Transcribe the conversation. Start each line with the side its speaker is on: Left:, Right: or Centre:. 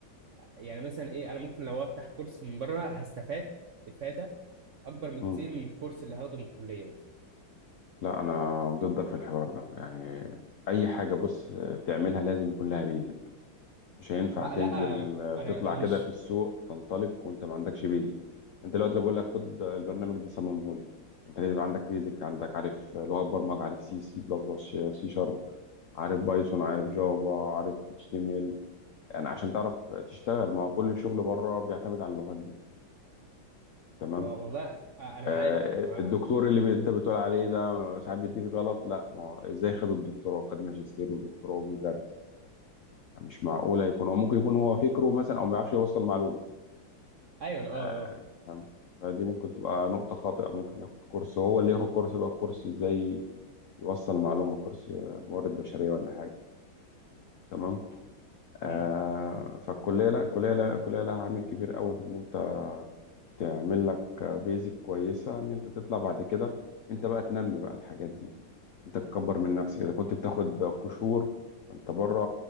Right: يعني مثلا ايه انا ممكن لو افتح كورس من بره هستفاد افادة اكبر من
Left: مم.
Right: كتير من الكورس اللي هاخده من الكلية مثلا
Left: لا انا ضدك في الحوار ده يعني اي حاجه بص تعملها لازم يكون لها بيزك مش هينفع
Right: بقى
Left: تنزل
Right: لا انا
Left: تطلع
Right: أنا مش
Left: كده في السوق تنطلق وانت ما عندكش بيزك انت دلوقتي لو بقول لك خد البرنامج ده صممه لي انت لازم عندك بيزك عندك عارف لغات برمجه عارف سي سي بلس سي شارب عارف بايثون عارف جافا عارف اتش تي ام ال يعني عشان تعرف تشتغل ما هو كل الشغل بره بيعتمد على اللغات دي تمام
Right: والله انا
Left: آه،
Right: معاك أنا معاك.
Left: الدكتور اللي ب- انت بتقول عليه ده ساعات بيديك غلط لا ما هو ازاي خد الدكتوراه خد ماجستير ودكتوراه وبيدرس مش معقولة يكون هو ممكن يكون هو فكره مثلا او ما بيعرفش يوصل معلومة
Right: ايوه اه
Left: آه، انت فاهم فدي ممكن تبقى نقطة خاطئة ممكن ياخد كورس هو اللي ياخد كورس بقى كورس ازاي يوصل معلومة كورس آه، موارد بشرية ولا حاجة تمام
Right: اه
Left: آه فالكلية لا الكلية لا الكلية لها عامل كبير قوي في ان انت تعمل لك بيزك كويسة ان انت تطلع بعد كده انت بقى تنمي بقى الحاجات دي انت تكبر من نفسك اذا كنت بتاخد قشور فانت بره